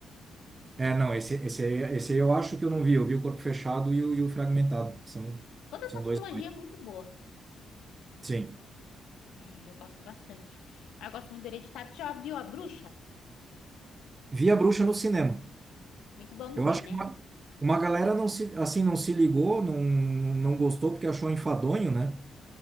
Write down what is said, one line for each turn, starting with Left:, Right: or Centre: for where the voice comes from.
Right: É, não, esse, esse, aí- esse aí eu acho que eu não vi. Eu vi o Corpo Fechado e o, e o Fragmentado. São,
Left: Toda essa
Right: são
Left: trilogia
Right: dois mais.
Left: é muito boa.
Right: Sim.
Left: É, eu gosto bastante. Mas eu gosto muito do Hereditário. Tu Já viu A Bruxa?
Right: Vi a Bruxa no cinema.
Left: Muito bom também,
Right: Eu acho
Left: né?
Right: que uma, uma galera não se, assim, não se ligou, não, não gostou porque achou enfadonho, né?